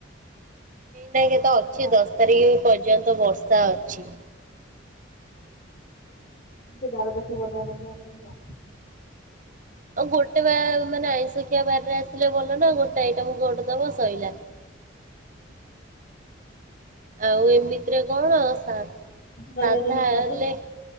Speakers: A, on the right; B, on the left.
A: ଦେଖ ତ
B: ଆମର
A: ଅଛି ଦଶ ତାରିଖ ପର୍ଯ୍ୟନ୍ତ ବର୍ଷା ଅଛି।
B: ହୁଁ ଧାରା ଦେଖୀ ବନ ସବ ଆସତା।
A: ଆଉ ଗୋଟେ ବା ମାନେ ଆଇଁଶଖିଆ ବାରରେ ଆସିଲେ ଭଲ ନା ଗୋଟେ ଆଇଟମ କରିଦବ ସଇଲା। ଆଉ ଏମିତିରେ କଣ ସାଧା
B: ରହିଯାଇଛନ୍ତି
A: ହେଲେ
B: ସାଧୁ।